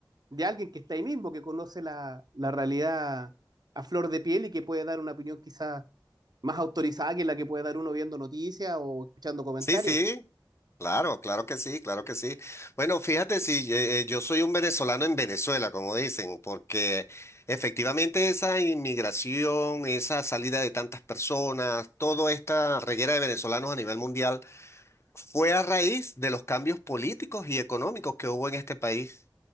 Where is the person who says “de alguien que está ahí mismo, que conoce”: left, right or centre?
Right